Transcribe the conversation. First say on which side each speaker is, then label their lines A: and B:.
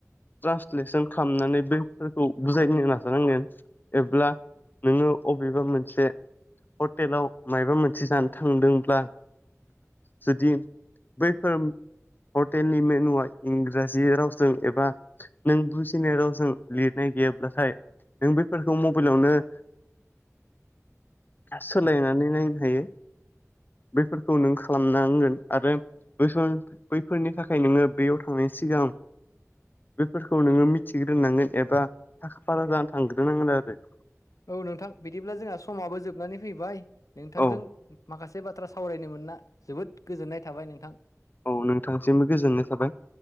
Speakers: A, on the left (about 35°); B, on the left (about 85°).
A: ट्रान्सलेसन खालामनानै बेफोरखौ बुजायनो नाजानांगोन एब्ला नोङो अबेबा मोनसे हटेलाव मायबा मोनसे जानो थांदोंब्ला जुदि बैफोर हटेलनि मेनुआ इंराजि रावजों एबा नों बुजिनाय रावजों लिरनाय गैयाब्लाथाय नों बेफोरखौ मबेलावनो सोलायनानै नायनो हायो बेफोरखौ नों खालामनांगोन आरो बैफोर बैफोरनि थाखाय नोङो बेयाव थांनायनि सिगां बेफोरखौ नोङो मिथिग्रोनांगोन एबा थाखा फारा जानानै थांग्रोनांगोन आरो
B: औ नोंथां बिदिब्ला जोंहा समाबो जोबनानै फैबाय नोंथांजों
A: औ
B: माखासे से बाथ्रा सावरायनो मोनना जोबोद गोजोननाय थाबाय नोंथां।
A: औ नोंथांसिमबो गोजोननाय थाबाय।